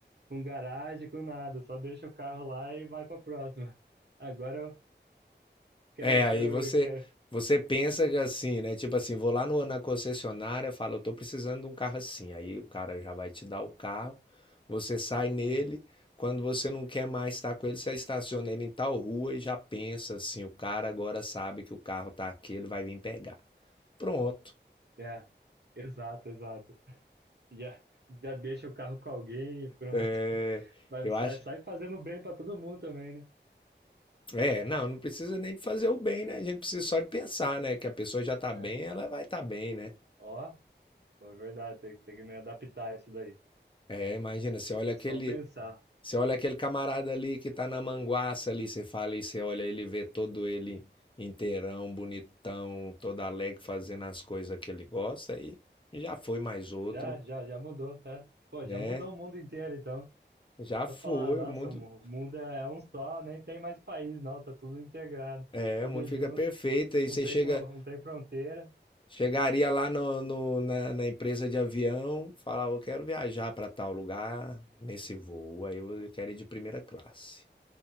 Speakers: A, on the right; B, on the left.
A: com garagem, com nada, só deixa o carro lá e vai pra próxima. <laughs> Agora eu quero,
B: É, aí
A: quero,
B: você
A: quero,
B: você pensa que assim, né? Tipo assim, vou lá no- na concessionária, falo, eu tô precisando de um carro assim. Aí o cara já vai te dar o carro, você sai nele.
A: sim.
B: Quando você não quer mais estar com ele, você estaciona ele em tal rua e já pensa assim, o cara agora sabe que o carro tá aqui, ele vai vir pegar. Pronto.
A: É, exato, exato. Já, já deixa o carro com alguém e pronto.
B: É,
A: <laughs> Vai,
B: eu
A: sai,
B: acho.
A: sai fazendo bem pra todo mundo também, né?
B: É, não, não precisa nem fazer o bem, né? A gente precisa só de pensar, né? Que a pessoa já tá bem,
A: É.
B: ela vai estar tá bem, né?
A: Ó, é verdade, tem, tem que me adaptar a isso daí.
B: É, imagina, você olha aquele
A: Só pensar.
B: Você olha aquele camarada ali que tá na manguaça ali, você fala e você olha ele vê todo ele inteirão, bonitão, todo alegre fazendo as coisas que ele gosta e já foi mais outro,
A: Já, já, já mudou, é. Pô,
B: né?
A: já mudou o mundo inteiro, então.
B: Já foi,
A: Só falar, nossa,
B: o mundo,
A: o mu- o mundo é é um só, nem tem mais país, não, tá tudo integrado,
B: é,
A: tudo
B: o mundo fica
A: junto,
B: perfeito aí você
A: não tem,
B: chega
A: flo- não tem fronteira,
B: chegaria lá no, no- na, na empresa de avião, falava, eu quero viajar para tal lugar nesse voo, aí eu quero ir de primeira classe.